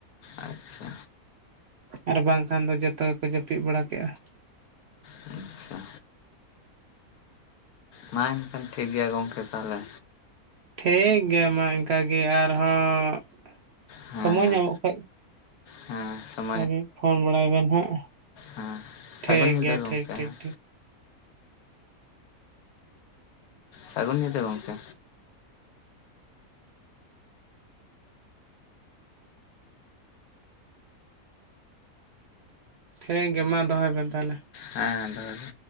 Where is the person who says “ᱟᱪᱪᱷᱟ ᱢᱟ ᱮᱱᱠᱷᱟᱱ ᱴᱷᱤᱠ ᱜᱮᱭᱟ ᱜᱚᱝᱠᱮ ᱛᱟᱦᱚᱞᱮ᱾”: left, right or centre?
Left